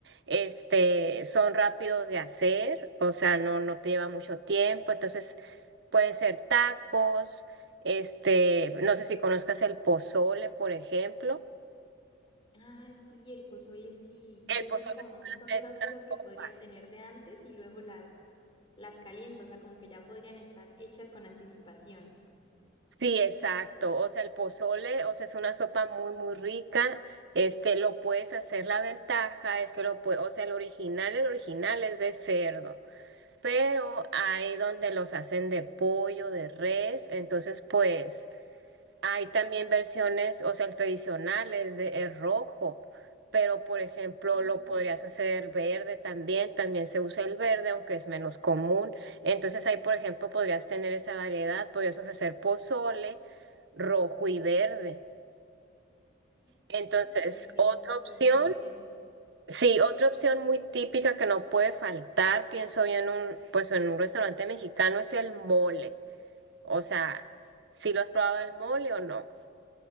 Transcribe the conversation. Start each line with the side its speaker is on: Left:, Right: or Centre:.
Right: Este, son rápidos de hacer, o sea, no, no te lleva mucho tiempo, entonces Pueden ser tacos, este, no sé si conozcas el pozole, por ejemplo.
Left: Ah, sí, el pozole sí.
Right: El
Left: Y eso
Right: pozole
Left: el como
Right: es
Left: son
Right: una,
Left: de
Right: es
Left: esas cosas
Right: una sopa.
Left: que podría tener de antes y luego las las caliento, o sea, como que ya podrían estar hechas con anticipación.
Right: Sí, exacto. O sea, el pozole, o sea, es una sopa muy, muy rica. Este, lo puedes hacer, la ventaja es que lo puedes, o sea, el original, el original es de cerdo, pero hay donde los hacen de pollo, de res, entonces, pues. Hay también versiones, o sea, el tradicional es de es rojo, pero por ejemplo
Left: Mm,
Right: lo podrías hacer verde también, también se usa el verde, aunque es menos común. Entonces ahí, por ejemplo, podrías tener esa variedad, podrías ofrecer pozole rojo y verde.
Left: mm,
Right: Entonces,
Left: Sí,
Right: otra
Left: esa es súper
Right: opción,
Left: buena opción.
Right: sí, otra opción muy típica que no puede faltar, pienso yo en un, pues en un restaurante mexicano es el mole. O sea, si lo has probado el mole o no?